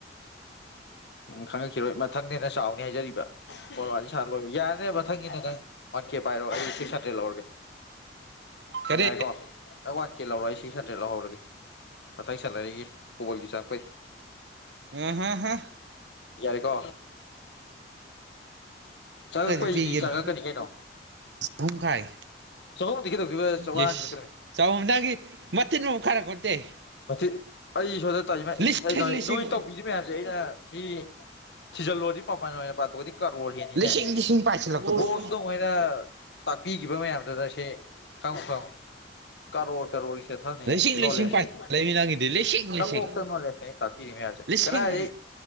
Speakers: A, on the left; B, on the right.
A: ꯎꯝ ꯈꯪꯉꯛꯈꯤꯔꯣꯏ ꯃꯊꯪꯅꯦꯅ ꯆꯥꯎꯅꯤ ꯍꯥꯏꯖꯔꯤꯕ ꯋꯥꯔꯤ ꯁꯥꯔ ꯂꯣꯏ ꯌꯥꯔꯅꯦ ꯃꯊꯪꯒꯤ ꯅ ꯅꯪ ꯋꯥꯟ ꯀꯦ ꯄꯥꯏꯔꯣ ꯑꯩ ꯁꯤꯛꯁ ꯍꯟꯗ꯭ꯔꯦꯗ ꯂꯧꯔꯒꯦ
B: ꯀꯔꯤ
A: ꯌꯥꯔꯦꯀꯣ ꯑꯩ ꯋꯥꯠꯀꯦ ꯂꯧꯔ ꯑꯩꯁꯤ ꯊ꯭ꯔꯤ ꯍꯟꯗ꯭ꯔꯦꯗ ꯂꯧꯍꯧꯔꯒꯦ ꯃꯊꯪ ꯁꯥꯟꯅꯔꯤꯒꯤ ꯀꯕꯜꯒꯤ ꯆꯥꯡ ꯐꯩ
B: ꯑꯍꯥꯍꯥ
A: ꯌꯥꯔꯦꯀꯣ ꯆꯪꯉꯛꯄ
B: ꯈꯔꯗꯤ
A: ꯑꯩꯗꯤ
B: ꯄꯤꯒꯦꯅꯦ
A: ꯆꯪꯉꯛꯀꯅꯤ ꯀꯩꯅꯣ
B: ꯑꯍꯨꯝ ꯈꯥꯏꯒꯦ
A: ꯆꯧ ꯊꯦꯗ ꯆꯧꯉꯔ
B: ꯂꯤꯁ ꯆꯍꯨꯝꯗꯒꯤ ꯃꯇꯤꯟ ꯃꯨꯛ ꯈꯥꯏꯔꯛꯄꯣꯟꯇꯦ
A: <unintelligible> ꯑꯩ ꯁꯣꯗ ꯇꯥꯏꯃ
B: ꯂꯤꯁꯤꯡ ꯂꯤꯁꯤꯡ
A: ꯅꯣꯏ ꯇꯧꯕꯤꯔꯤ ꯃꯌꯥꯝꯁꯦ ꯑꯩꯅ ꯁꯤ ꯊꯤꯖꯤꯜꯂꯣꯗꯤ ꯃꯕꯥꯅ ꯑꯣꯏꯅ ꯄꯥꯊꯣꯛꯒꯗꯤ ꯀꯔꯣ ꯍꯅꯤꯅꯦ
B: ꯂꯤꯁꯤꯡ ꯂꯤꯁꯤꯡ ꯄꯥꯏꯁꯤꯜꯂꯛꯄꯗꯣ
A: ꯀꯣꯔꯁꯇꯣꯉꯥꯏꯅ ꯇꯥꯛꯄꯤꯈꯤꯕ ꯃꯌꯥꯝꯗꯨꯗ ꯁꯦ ꯈꯪ ꯈꯪ ꯀꯔꯣꯔ ꯀꯔꯣꯔꯒꯤꯁꯦ ꯐꯅꯤ
B: ꯂꯤꯁꯤꯡ ꯂꯤꯁꯤꯡ
A: ꯅꯣꯂꯦꯖꯇ
B: ꯄꯥꯏꯁꯤꯜꯂꯛꯏꯃꯤ ꯅꯪꯒꯤꯗꯤ ꯂꯤꯁꯤꯡ ꯂꯤꯁꯤꯡ
A: ꯅꯀꯣꯛꯇ ꯅꯣꯂꯦꯖꯇꯩꯅ ꯇꯥꯛꯄꯤꯔꯤ ꯃ
B: ꯂꯤꯁꯤꯡ
A: ꯀꯗꯥꯔꯤ